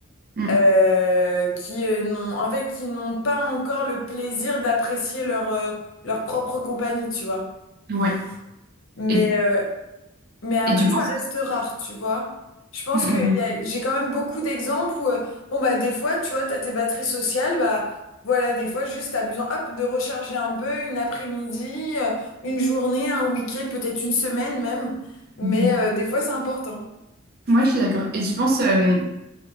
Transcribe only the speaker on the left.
euh, qui euh, n'ont en fait qui n'ont pas encore le plaisir d'apprécier leur euh, leur propre compagnie, tu vois.
Mais
euh, mais après
ça reste rare, tu vois. Je pense
que y a- j'ai quand même beaucoup d'exemples où euh, bon bah des fois, tu vois, t'as tes batteries sociales, bah voilà, des fois juste t'as besoin hop de recharger un peu une après-midi, euh, une journée, un week-end, peut-être une semaine même. Mais
euh,
des fois c'est important.